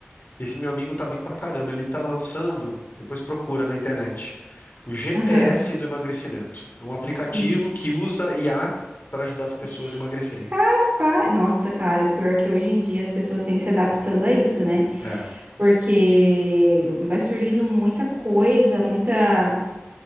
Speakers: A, on the left; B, on the right.
A: Esse meu amigo tá bem pra caramba. Ele tá lançando, depois procura na internet, o GPS
B: aham.
A: do emagrecimento. É um aplicativo
B: J-
A: que usa IA para ajudar as pessoas
B: j-
A: a emagrecerem.
B: Capaz. Nossa, cara, pior que hoje em dia as pessoas têm que se adaptando a isso, né?
A: É,
B: Porque vai surgindo muita coisa, muita.